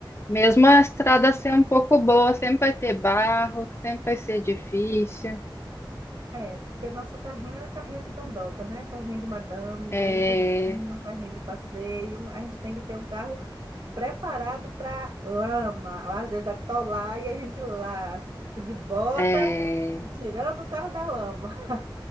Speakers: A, on the left (about 30°); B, on the right (about 65°).
A: Mesmo a estrada ser um pouco boa, sempre vai ter barro, sempre vai ser difícil.
B: É, porque nosso carrinho era carrinho de dondoca, né? Carrinho de madame,
A: É,
B: bem bonitinho, carrinho de passeio. A gente tem que ter um carro preparado para lama, às vezes atolar e a gente lá de bota,
A: é,
B: tirando o carro da lama. <laughs>